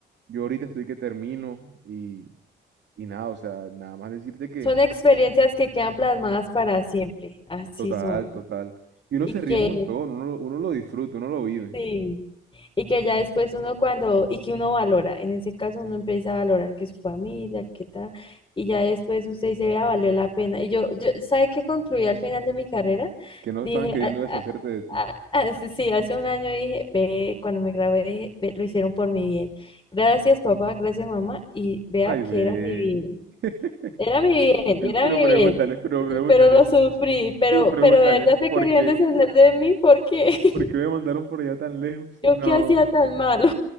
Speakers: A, on the right; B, on the left.
A: Yo ahorita estoy que termino, y, y nada, o sea, nada más decirte que
B: Son experiencias que quedan plasmadas para siempre. Así
A: total,
B: son.
A: total. Y uno
B: Y
A: se ríe
B: que
A: un montón, uno, lo- uno lo disfruta, uno lo vive.
B: Sí. Y que ya después uno cuando, y que uno valora, en ese caso uno empieza a valorar que su familia, que tal, y ya después usted dice, vea, valió la pena. Y yo, yo, ¿sabe qué concluí al final de mi carrera?
A: Que no
B: Dije,
A: estaban queriendo
B: "Ah,
A: deshacerte
B: ah,
A: de ti.
B: ah, ah", sí, hace un año dije, ve, cuando me grabé, dije, "Ve, lo hicieron por mi bien. Gracias, papá, gracias, mamá, y vea
A: Ay,
B: que
A: ve.
B: era mi bien,
A: <laughs>
B: era mi bien, era
A: Pero
B: mi
A: pregúntales,
B: bien.
A: pero
B: Y-
A: pregúntales,
B: Pero lo sufrí, pero,
A: pero pregúntales.
B: pero de verdad se
A: ¿Por
B: querían
A: qué?
B: deshacer de mí porque <laughs>
A: ¿Por qué me mandaron por allá tan lejos?
B: yo
A: No,
B: qué hacía tan malo.